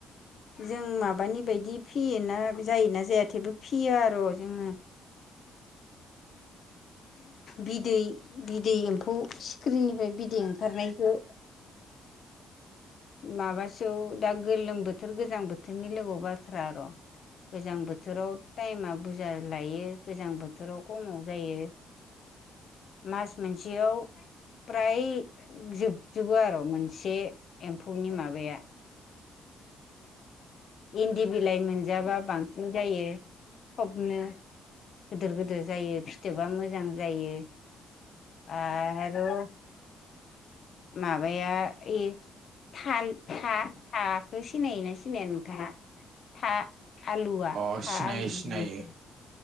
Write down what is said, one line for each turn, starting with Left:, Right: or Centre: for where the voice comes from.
Left: जों माबानि बायदि फियोना जायोना जाया थेबो फियो आर' जोङो। बिदै बिदै एम्फौ सिख्रिरिनिफ्राय बिदै ओंखारनायखौ माबासोयाव दा गोलोम बोथोर गोजां बोथोरनि लोगोआव बाथ्रा आर'। गोजां बोथोराव टाइमा बुरजा लायो गोजां बोथोराव खमाव जायो। <inaudible> मास मोनसेयाव फ्राय जोबजोबो आर' मोन से एम्फौनि माबाया। इन्दि बिलाइ मोनजाब्ला बांसिन जायो थबनो। गिदिर गिदिर जायो फिथोबा मोजां जायो। आरो माबाया इ था था थाखौ सिनायोना सिनाया नोंथाङा था आलुवा था
Right: अ सिनायो
Left: आलुवा
Right: सिनायो